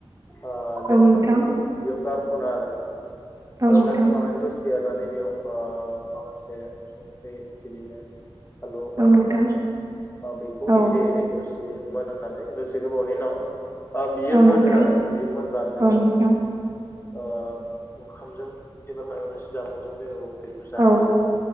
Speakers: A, on the left; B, on the right.
A: ओ
B: औ
A: लेस्राखौ
B: नोंथां
A: बेयाव गारख'नो आरो
B: औ
A: ओ
B: नोंथां
A: गारख'खानानै दसे देरनानै बेयाव ओ माखासे संख्रि बिदिनो <unintelligible> बाय
B: औ नोंथां
A: होननानै बेखौ
B: औ
A: एरै एरै दसे बेमोनहोनानै दुसे गोबावनि उनाव ओ बियो
B: औ नोंथां
A: मोनो आरो बियो मोनबा जोंङो
B: औ नोंथां
A: ओ ओंखामजों एबा माबा मोनसे जामुंजों बे बेखौ जायो
B: औ
A: आरो